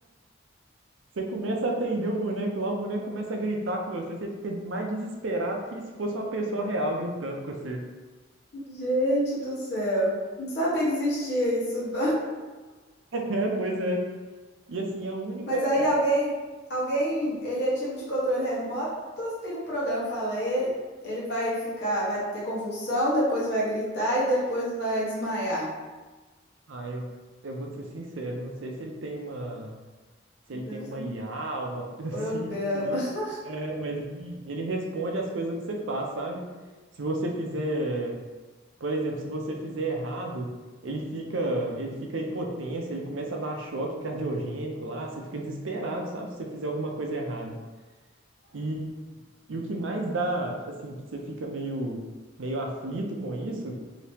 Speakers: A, on the right; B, on the left.
A: Você começa a atender o boneco lá, o boneco começa a gritar com você, você fica mais desesperado que se fosse uma pessoa real gritando com você. <laughs>
B: Gente do céu. Não sabia que existia isso. não.
A: É, pois é. E assim, a única.
B: Mas aí alguém, alguém, ele é tipo de controle remoto, ou se tem um programa, fala ele, ele vai ficar, vai ter convulsão, depois vai gritar e depois vai desmaiar.
A: Ah, eu, eu vou te ser sincero, não sei se ele tem uma. se
B: Deve
A: ele tem uma
B: ser um
A: IA, uma coisa <laughs> assim,
B: programa.
A: não sei.
B: <laughs>
A: É, mas ele, ele responde as coisas que você faz, sabe? Se você fizer, por exemplo, se você fizer errado, ele fica, ele fica hipotenso, ele começa a dar choque cardiogênico lá, você fica desesperado, sabe? Se você fizer alguma coisa errada. E, e o que mais dá, assim, que você fica meio, meio aflito com isso,